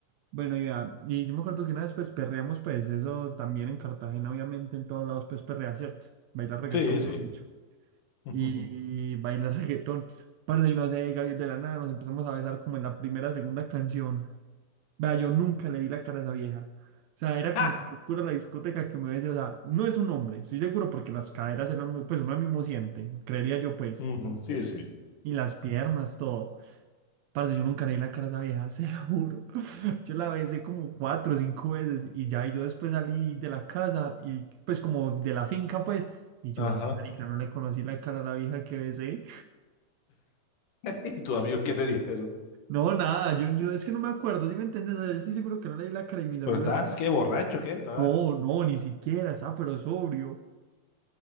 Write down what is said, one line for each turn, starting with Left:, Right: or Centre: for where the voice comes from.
Right: Bueno, y vea, y yo me acuerdo que una vez pues perreamos, pues eso también en Cartagena, obviamente en todos lados pues perrear, ¿cierto? Bailar reggaetón,
Left: Sí, sí.
Right: mejor dicho.
Left: <laughs>
Right: Y bailar <laughs> reggaetón. Parce, y no sé, Gabriel de la nada, nos empezamos a besar como en la primera, segunda canción. Vea, yo nunca le vi la cara a esa vieja. O sea, era
Left: ¡Ja!
Right: como tan oscura la discoteca que me besé, o sea, no es un hombre, estoy seguro porque las caderas eran muy, pues uno mismo siente, creería yo pues.
Left: Ujú, Sí, sí.
Right: Y las piernas, todo. Parce, yo nunca le vi la cara a esa vieja, <laughs> se lo juro. Yo la besé como cuatro o cinco veces y ya, y yo después salí de la casa y pues como de la finca pues, y yo,
Left: Ajá.
Right: ve, marica, no le conocí la cara a la vieja que besé.
Left: <laughs> ¿Y tus amigos qué te dijeron?
Right: No, nada, yo, yo es que no me acuerdo, si me entiendes? O sea, yo estoy seguro que no leí la cara y mis amigos,
Left: Pero estás, qué borracho, qué estabas.
Right: no, no, ni siquiera, estaba pero sobrio.